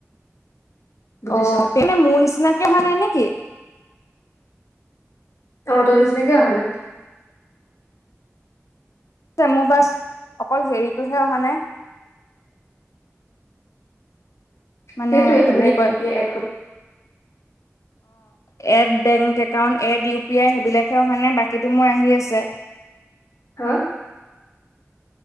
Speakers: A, on the left; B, on the left.
A: বুজিছ
B: অ' তেনে মোৰ নিচিনাকে অহা নাই নেকি?
A: অ' তোৰ নিচিনাকে অহা নাই।
B: মোৰ বাচ অকল হেৰিটোহে অহা নাই। মানে
A: সেইটোৱে
B: কি বুলি কয়?
A: ইউ পি আই এড কৰি
B: অ'এড bank account, add U P I সেইবিলাকে অহা নাই, বাকীতো মোৰ আহি আছে।
A: হা?